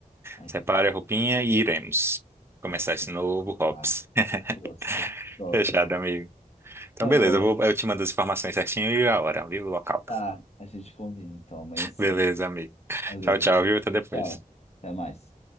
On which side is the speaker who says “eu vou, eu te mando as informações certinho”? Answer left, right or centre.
Right